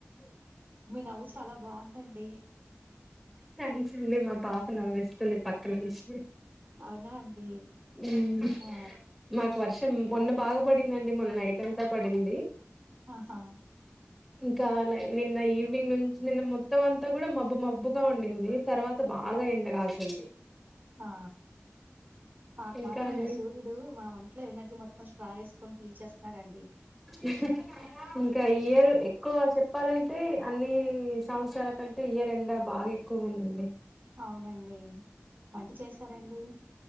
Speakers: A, on the right; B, in the centre.
A: మీ నవ్వు చాలా బాగుందండి
B: థ్యాంక్స్ అండి మా పాప నవ్విస్తుంది పక్క నుంచి
A: అవునా అండి
B: ఇం
A: ఆ
B: మాకు వర్షం మొన్న బాగా పడిందండి మొన్న నైట్ంతా పడింది
A: ఆహా
B: ఇంకా అలా నిన్న ఈవినింగ్ నుంచి నిన్న మొత్తం అంతా కూడా మబ్బు మ మబ్బుగా ఉండింది తర్వాత బాగా ఎండగాల్సింది
A: ఆ మాకు
B: ఇంకా
A: మాత్రం
B: అండి
A: ఇడా సూర్యుడ్ ఇప్పుడు మా ఒంట్లో ఎనర్జీ మొత్తం స్ట్రా చేసుకొని పిలిచేస్తుారండి
B: ఇ ఇంకా ఇ ఇయర్ ఎక్కువ చెప్పాలంటే అన్ని సంవత్సరాల కంటే ఇయర్ ఎంండ బాగా ఎ ఎక్కువ ఉండండి
A: అవునండి వంట చేశారండి